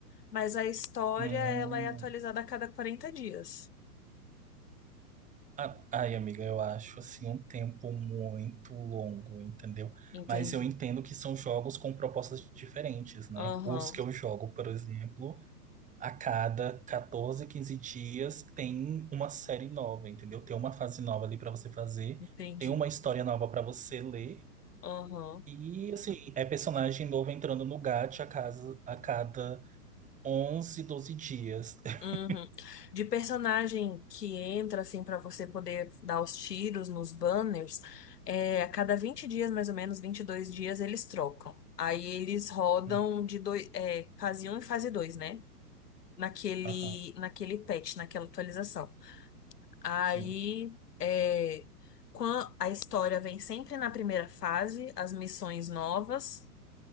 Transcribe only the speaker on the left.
Mas a história,
ela é atualizada a cada quarenta dias.
Entendi.
Aham,
entendi.
Aham.
Uhum. De personagem que entra, assim, pra você poder dar os tiros nos banners, é, a cada 20 dias, mais ou menos, 22 dias, eles trocam. Aí eles rodam
de dois, é, fase um e fase dois né? Naquele,
naquele patch, naquela atualização. Aí,
é, quan- a história vem sempre na primeira fase, as missões novas,